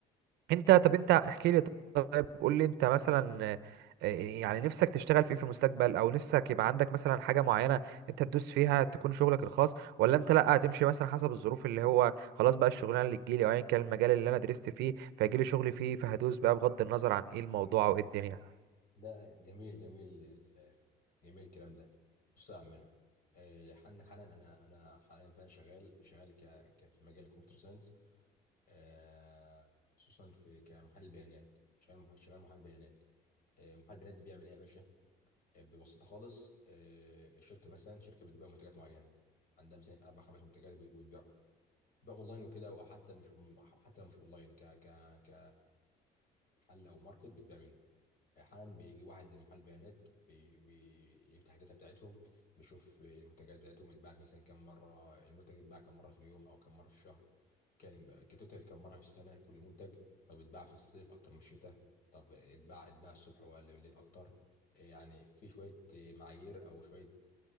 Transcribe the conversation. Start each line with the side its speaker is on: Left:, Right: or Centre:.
Right: انت طب انت احكي لي طب قول لي انت مثلا آه، آه، يعني نفسك تشتغل في ايه في المستقبل او نفسك يبقى عندك مثلا حاجه معينه انت تدوس فيها تكون شغلك الخاص ولا انت لا هتمشي مثلا حسب الظروف اللي هو خلاص بقى الشغلانه اللي تجيلي او ايا كان المجال اللي انا درست فيه فيجيلي شغل فيه فهدوس بقى بغض النظر عن ايه الموضوع او ايه الدنيا
Left: لا جميل جميل ال- جميل الكلام ده بص يا عمنا آه، عندك حالا انا انا حاليا فعلا شغال شغال ك ك- في مجال الكمبيوتر ساينس آه، خصوصا في كمحلل بيانات شغال مح- شغال محلل بيانات آه، محلل بيانات دي بيعمل ايه يا باشا آه، ببساطه خالص آه، الشركه مثلا شركه بتبيع منتجات معينه عندها مثلا اربع خمس منتجات وب- وبتبيعهم بيع اونلاين وكده او حتى مش أون- حتى لو مش اونلاين ك ك ك محل او ماركت بتبيع منه احيانا بيجي واحد زي محلل بيانات بي بيفتح الداتا بتاعتهم بيشوف المنتجات بتاعتهم اتباعت مثلا كم مره المنتج اتباع كم مره في اليوم او كم مره في الشهر كان كتوتال كم مره في السنه كل منتج طب اتباع في الصيف اكتر من الشتاء طب اتباع اتباع الصبح ولا بالليل اكتر يعني في شويه معايير او شويه